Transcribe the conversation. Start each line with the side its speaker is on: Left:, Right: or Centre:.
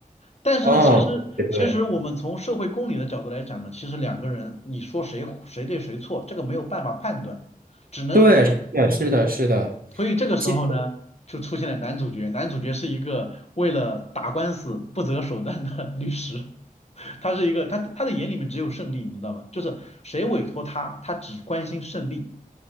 Left: 但是呢，
Right: 哦，
Left: 其实其实我们从社会公理的角度来讲呢，
Right: 对对，
Left: 其实两个人你说谁谁对谁错，这个没有办法判断，只能
Right: 对，是的，是的，是的，
Left: 所以这个时候呢，
Right: 其实
Left: 就出现了男主角，男主角是一个为了打官司不择手段的 <laughs> 律师，他是一个他他的眼里面只有胜利，你知道吗？就是谁委托他，他只关心胜利，